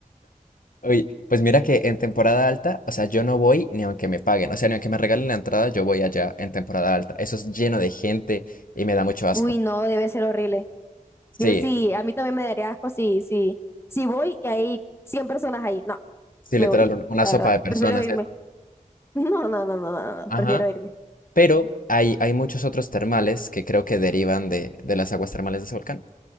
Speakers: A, on the left; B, on the left.
A: Oye, pues mira que en temporada alta, o sea, yo no voy ni aunque me paguen, o sea, ni aunque me regalen la entrada, yo voy allá en temporada alta. Eso es lleno de gente y me da mucho asco.
B: Uy, no, debe ser horrible. Debe,
A: Sí,
B: sí, a mí también me daría asco si, si, si voy y hay 100 personas ahí. No,
A: sí, literal,
B: me voy,
A: un- una
B: la
A: sopa
B: verdad.
A: de personas,
B: Prefiero irme.
A: eso.
B: <laughs> No, no, no, no, no, no,
A: Ajá.
B: prefiero irme.
A: Pero hay, hay muchos otros termales que creo que derivan de, de las aguas termales de ese volcán,